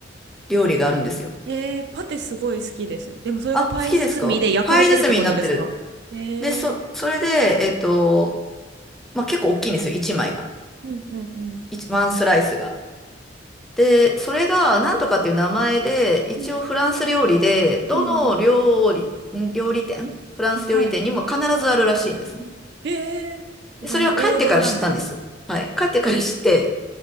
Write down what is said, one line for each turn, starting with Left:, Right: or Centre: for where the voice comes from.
Centre: 料理があるんですよ。
Right: えー、パテすごい好きです。でもそれがパイ包みで焼かれてるってことですかえ
Centre: あ、好きですかパイ包みになってる。で、そ、
Right: ー、
Centre: それで、えっと、まあ、結構大きいんですよ、1枚が。
Right: うんうんうん。
Centre: 1、ワンスライスが。で、それが、なんとかっていう名前で、一応フランス料理で、
Right: うん
Centre: どの料理、
Right: うん
Centre: ん料理店フランス料理店にも必ずあるらしいんですね。
Right: はい。えー、じゃあもう王道なんだ。
Centre: でそれは帰ってから知ったんですよ。はい。帰ってから知って、